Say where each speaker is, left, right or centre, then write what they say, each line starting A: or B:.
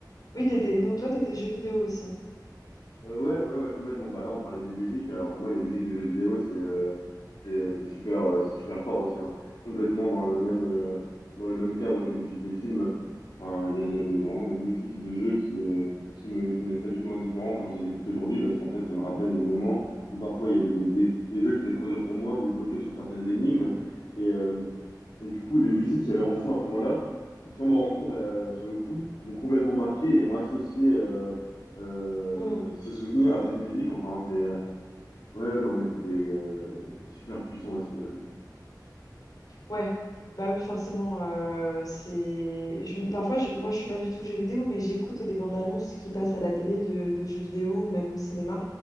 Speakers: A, on the left; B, on the left.
A: Oui, t'étais. Donc toi, t'étais jeux vidéo aussi.
B: Euh, ouais, ouais, ouais, complètement. Bah là, on parlait des musiques. Alors pour moi, les musiques de jeux vidéo, c'est euh, c'est euh, c'est super, euh, c'est super fort aussi. hein. Complètement dans le même euh, dans le même cadre que les musiques de films. Enfin, il y a, il y a des, vraiment des musiques de jeux qui euh, qui me qui me laissent pas du tout indifférent quand je les écoute aujourd'hui parce qu'en fait, ça me rappelle des moments où parfois il y avait des, des, des jeux qui étaient trop durs pour moi, où je bloquais sur certaines énigmes et euh, et du coup, les musiques qu'il y avait en fond à ce moment-là, sans m'en rendre compte euh, sur le coup, m'ont complètement marqué et ont associé. euh, euh,
A: Mmh.
B: ce souvenir à cette musique. Enfin, c'est. euh, Ouais, ouais, non, mais c'était euh, super puissant aussi. euh.
A: Ouais, bah oui, forcément. euh, c'est... je me- parfois, je- moi, je suis pas du tout jeux vidéo, mais j'écoute des bandes annonces qui passent à la télé de, de jeux vidéo ou même au cinéma.